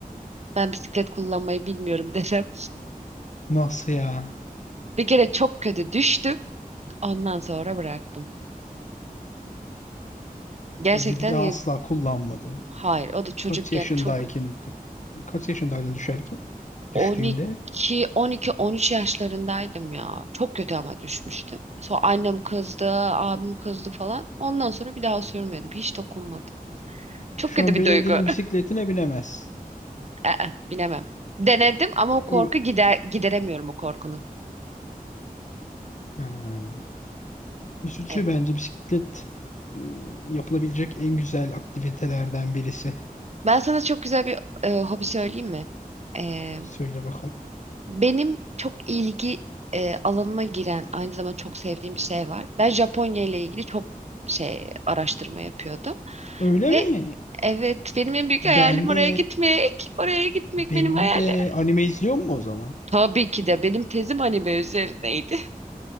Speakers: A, on the right (about 45°); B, on the left (about 50°).
A: Ben bisiklet kullanmayı bilmiyorum <laughs> desem.
B: Nasıl ya?
A: Bir kere çok kötü düştüm. Ondan sonra bıraktım. Gerçekten
B: Ee, Ve bir daha
A: ya-
B: asla kullanmadın.
A: hayır o da çocukken
B: Kaç yaşındayken,
A: çok
B: kaç yaşındaydın düşerken? Düştüğünde.
A: 12 12 13 yaşlarındaydım ya. Çok kötü ama düşmüştüm. Sonra annem kızdı, abim kızdı falan. Ondan sonra bir daha sürmedim. Hiç dokunmadım. Çok
B: Şu
A: kötü
B: an
A: bir
B: belediyenin
A: duygu.
B: bisikletine binemezsin.
A: Aa, binemem. Denedim ama o korku
B: Öyle.
A: gider gideremiyorum o korkunu.
B: Ha. Üzücü
A: Evet.
B: bence bisiklet ım, yapılabilecek en güzel aktivitelerden birisi.
A: Ben sana çok güzel bir e, hobi söyleyeyim mi? E,
B: Söyle bakalım.
A: benim çok ilgi e, alanıma giren aynı zamanda çok sevdiğim bir şey var. Ben Japonya ile ilgili çok şey araştırma yapıyordum
B: Öyle
A: ve
B: mi?
A: evet benim en büyük
B: Ben
A: hayalim
B: de
A: oraya gitmek. Oraya gitmek
B: benim
A: benim hayalim.
B: de anime izliyor mu o zaman?
A: Tabii ki de benim tezim anime üzerineydi.